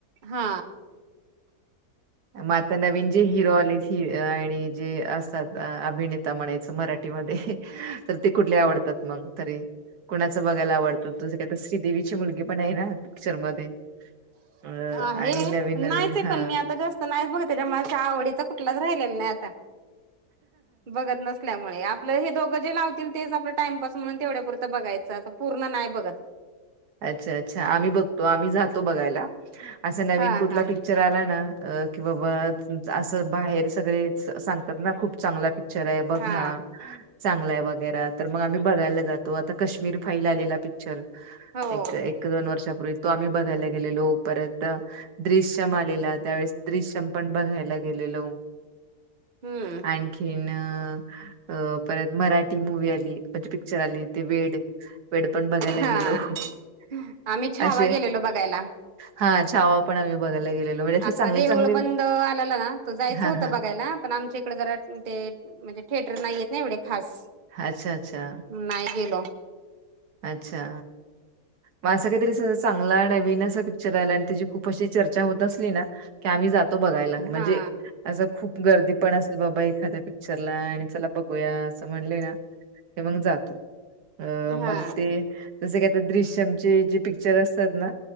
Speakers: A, on the right (about 40°); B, on the right (about 75°).
A: हा.
B: म आता नवीन जे हिरो आलेत. ही आणि जे असतात अभिनेता म्हणायचं मराठीमध्ये तर ते कुठले आवडतात मग. तरी कुणाचं बघायला आवडतं तुझं का आता श्रीदेवीची मुलगी पण आहे ना पिक्चरमध्ये. अ
A: आहे
B: आणि नवीन नवीन
A: नाहीच
B: हा
A: पण मी आता जास्त नाहीच बघ त्याच्यामुळं आवडीचा कुठलाच राहिलेला नाही आता. बघत नसतं. नसल्यामुळे आपलं हे दोघं जे लावतील तेच आपलं टाईमपास म्हणून तेवढ्यापुरतं बघायचं आता पूर्ण नाही बघत.
B: अच्छा अच्छा आम्ही बघतो आम्ही जातो बघायला असा नवीन
A: हा
B: कुठला
A: हा
B: पिक्चर. पिक्चर आला ना अ कि बा बा असं बाहेर सगळे स सांगतात ना खूप. खूप चांगला पिक्चर आहे बघा.
A: हा
B: चांगला आहे वगैरे तर मग आम्ही बघायला जातो आता कश्मीर फाईल आलेला पिक्चर.
A: हो
B: एक एक दोन वर्षापूर्वी तो आम्ही बघायला गेलेलो परत द्रृश्यम आलेला त्यावेळेस. दृश्यम पण बघायला गेलेलो
A: हम्म
B: आणखी. न परत मराठी मूवी आली म्हणजे पिक्चर आली ते वेड. वेड पण बघायला
A: हा
B: गेलो.
A: आम्ही छावा
B: असे
A: गेलेलो बघायला.
B: हा छावा पण आम्ही बघायला गेलेलो म्हणजे असे
A: आता
B: चांगले
A: देऊळ
B: चांगले
A: बंद आलेला तो जायचं
B: हा
A: होत
B: हा
A: बघायला पण आमचं. तिकडे जरा ते म्हणजे थिएटर नाहीयेत ना एवढे खास.
B: अच्छा अच्छा.
A: नाही गेलो.
B: अच्छा. मग असं काहीतरी चांगला नवीन असा पिक्चर आला आणि त्याची खूप अशी चर्चा होत असली ना. की आम्ही जातो बघायला म्हणजे
A: हा
B: असं खूप गर्दी पण असेल बाबा एक. एखाद्या पिक्चरला आणि चला बघूया असं म्हणले ना मग जातो. अ मग
A: हा
B: ते जस का ते द्रश्यमचे जे पिक्चर असतात ना.